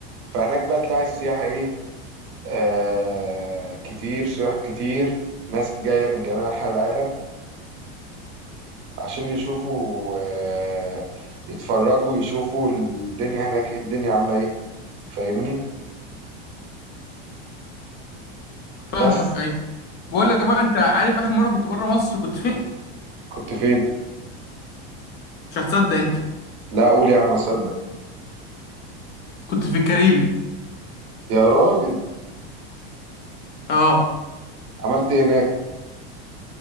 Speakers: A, on the right; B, on the left.
A: فهناك بقى تلاقي السياحة إيه آه كتير سياح كتير ناس جاية من جميع أنحاء العالم عشان يشوفوا آه يتفرجوا يشوفوا الدنيا هناك إيه الدنيا عاملة إيه فاهمني
B: فاهمك
A: بس
B: ايوه بقول لك بقى انت عارف اخر مره كنت بره مصر كنت فين
A: كنت فين؟
B: مش هتصدق انت
A: لا أقول يا عم أصدق
B: كنت في الكاريبي
A: يا راجل
B: اه
A: عملت إيه هناك؟